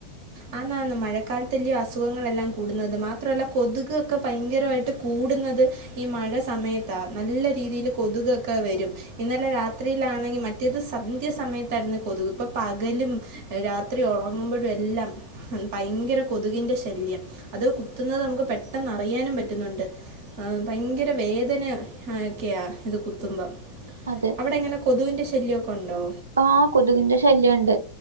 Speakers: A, on the right; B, on the right.
A: ആന്ന് ആന്ന് മഴക്കാലത്തല്ലെ അസുഖങ്ങളെല്ലാം കൂടുന്നത് മാത്രല്ല കൊതുക് ഒക്കെ ഭയങ്കരമായി ഇട്ട് കൂടുന്നത് ഈ മഴ സമയത്താണ് നല്ല രീതിയിൽ കൊതുകൊക്കെ വരും ഇന്നലെ രാത്രിയിലാണെങ്കിൽ മറ്റേത് സന്ധ്യ സമയത്തായിരുന്നു കൊതുക് ഇപ്പോ പകലും രാത്രി ഉറങ്ങുമ്പോഴും എല്ലാം ഭയങ്കര കൊതുകിന്റെ ശല്യം അത് കുത്തുന്നത് നമുക്ക് പെട്ടെന്ന് അറിയാനും പറ്റുന്നുണ്ട് ആഹ് ഭയങ്കര വേദനയൊക്കെയാ ഇത് കുത്തുമ്പം
B: അതെ
A: അവിടെ എങ്ങനെ കൊതുവിൻന്റെ ശല്യക്കെ ഉണ്ടോ
B: ആഹ് കൊതുകിന്റെ ശല്യം ഉണ്ട്